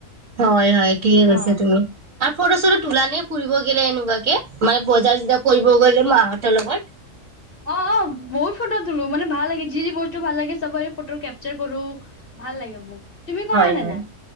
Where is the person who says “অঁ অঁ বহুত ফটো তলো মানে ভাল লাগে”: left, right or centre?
Left